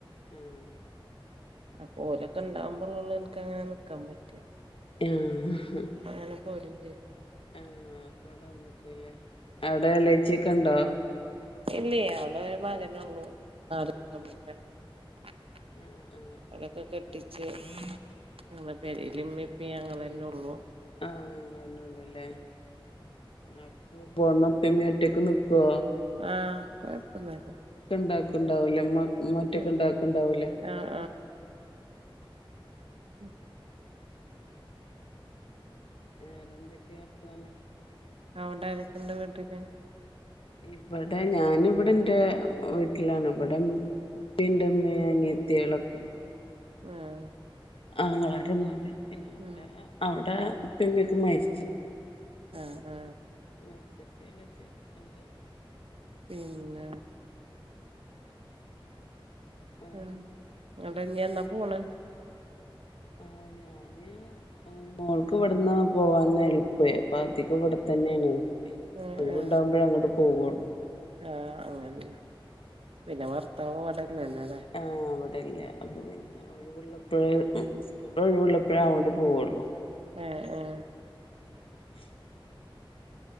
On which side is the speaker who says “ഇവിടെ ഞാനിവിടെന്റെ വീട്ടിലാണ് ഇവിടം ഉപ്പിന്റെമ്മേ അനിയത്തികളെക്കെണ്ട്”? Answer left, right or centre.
Left